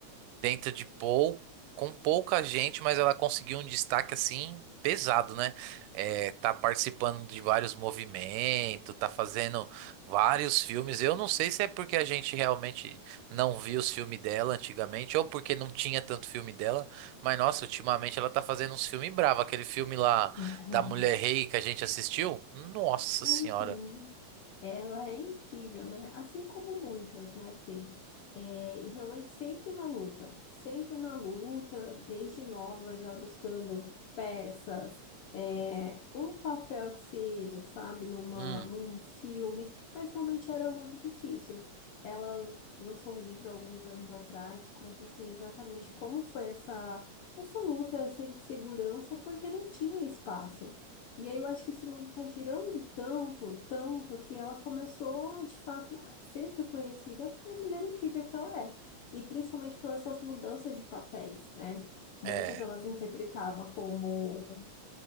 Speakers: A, on the right (about 85°); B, on the left (about 80°).
A: dentro de pou, com pouca gente, mas ela conseguiu um destaque assim pesado, né? É, tá participando de vários movimentos, tá fazendo vários filmes. Eu não sei se é porque a gente realmente não viu os filmes dela antigamente ou porque não tinha tanto filme dela, mas nossa, ultimamente ela tá fazendo uns filmes bravos. Aquele filme lá
B: <laughs>
A: da Mulher Rei que a gente assistiu, nossa
B: Uhum.
A: senhora.
B: Ela é incrível, né? Assim como muitas, né, Fê? É, e realmente sempre na luta, sempre na luta, desde nova, já buscando peças, é, um papel que seja, sabe, numa,
A: Hum,
B: num filme, mas realmente era muito difícil. Ela lançou um livro há alguns anos atrás e conta, assim, exatamente como foi essa, essa luta, essa insegurança, porque não tinha espaço. E aí eu acho que esse mundo está girando tanto, tanto, que ela começou, de fato, a ser reconhecida por mulher incrível que ela é. E principalmente pelas essas mudanças de papéis, né? Muitas
A: é.
B: elas interpretavam como